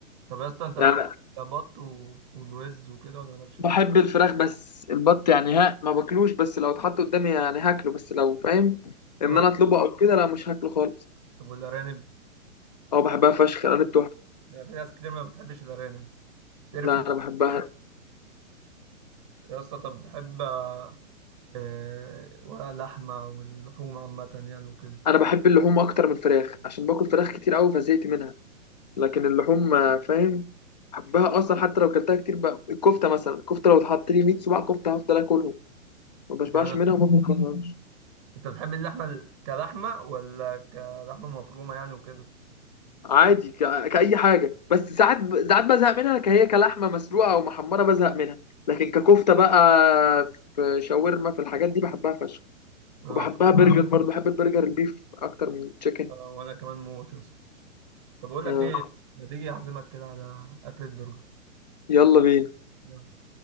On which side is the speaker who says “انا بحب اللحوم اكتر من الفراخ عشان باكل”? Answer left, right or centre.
Left